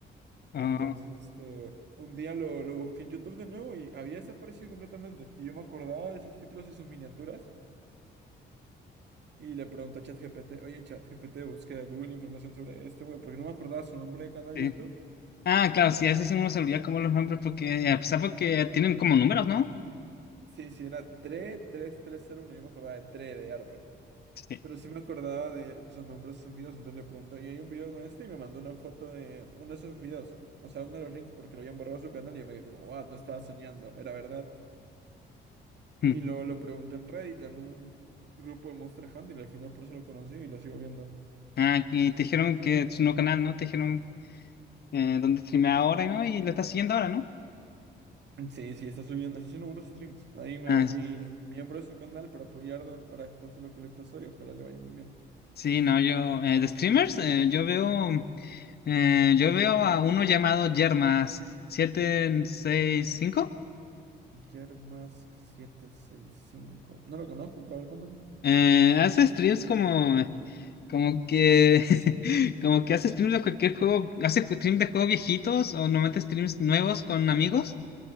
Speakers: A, on the left; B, on the right.
A: Ah,
B: Entonces, este, un día lo, lo busqué en YouTube de nuevo y había desaparecido completamente. Y yo me acordaba de esos títulos y sus miniaturas. Y le pregunté a ChatGPT, oye, ChatGPT, busqué a Google información sobre este güey, porque no me acordaba su nombre de canal
A: sí.
B: de YouTube.
A: Ah, claro, sí, a veces uno se olvida como los nombres porque, a pesar porque tienen como números, ¿no?
B: Sí, sí, era 3301, yo me acordaba de 3 de árbol.
A: Sí.
B: Pero sí me acordaba de sus nombres, sus videos, entonces le pregunté, oye, hay un video con este y me mandó una foto de uno de sus videos. O sea, uno de los links, porque lo habían borrado su canal y yo me quedé como, wow, no estaba soñando, era verdad.
A: Mm.
B: Y luego lo pregunté en Reddit, en un grupo de Monster Hunter, y al final por eso lo conocí y lo sigo viendo.
A: Ah, y te dijeron que es un nuevo canal, ¿no? Te dijeron eh, dónde streamea ahora, ¿no? Y lo estás siguiendo ahora, ¿no?
B: Sí, sí, está subiendo, está haciendo unos streams. Ahí me
A: Ah,
B: volví
A: s-
B: miembro de su canal para apoyarlo ahora después de lo que le pasó y ojalá le vaya muy bien.
A: sí, no, yo, eh, de streamers, eh, yo veo, eh, yo veo a uno llamado Yermas765.
B: Yermask cinco No lo conozco, pero a ver, cuéntame.
A: Eh, hace streams como Como que, <laughs> como que hace streams de cualquier juego, hace streams de juegos viejitos o no mete streams nuevos con amigos.